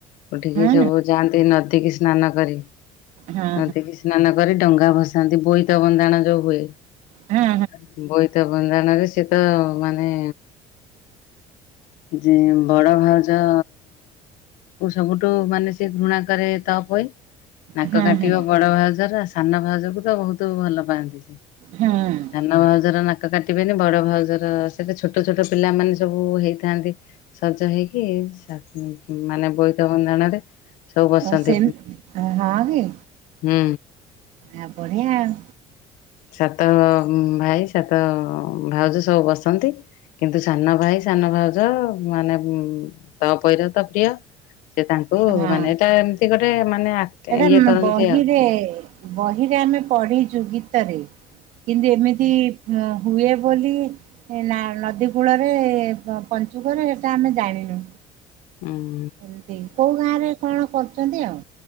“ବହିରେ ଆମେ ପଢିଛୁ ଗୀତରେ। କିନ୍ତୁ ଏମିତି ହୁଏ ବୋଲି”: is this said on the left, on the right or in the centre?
Right